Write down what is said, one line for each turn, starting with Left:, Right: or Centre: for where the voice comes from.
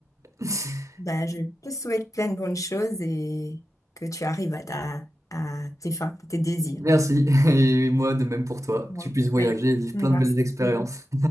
Right: <laughs>
Left: bah, je te souhaite plein de bonnes choses et que tu arrives à ta, à tes fins, à tes désirs.
Right: Merci. Et moi, de même pour toi,
Left: Ouais.
Right: que tu puisses voyager et vivre
Left: Merci.
Right: plein de belles expériences.